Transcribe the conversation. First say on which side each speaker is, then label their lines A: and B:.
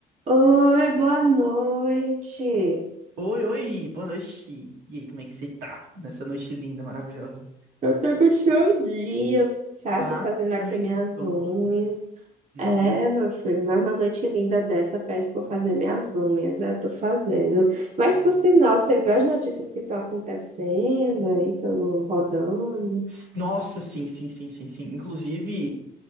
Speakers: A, on the right; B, on the right.
A: Oi, boa noite.
B: Oi, oi, boa noite. E aí, como é que você tá nessa noite linda, maravilhosa?
A: Eu tô com chorinho, sabe?
B: Tá?
A: Tô fazendo aqui
B: Também
A: minhas
B: tô
A: unhas.
B: um pouquinho. Uhum.
A: É, meu filho, mas uma noite linda dessa pede pra eu fazer minhas unhas. é, Eu tô fazendo. Mas,
B: Uhum.
A: por sinal, você vê as notícias que estão acontecendo aí pelo rodando?
B: S- Nossa, sim, sim, sim, sim, sim. Inclusive,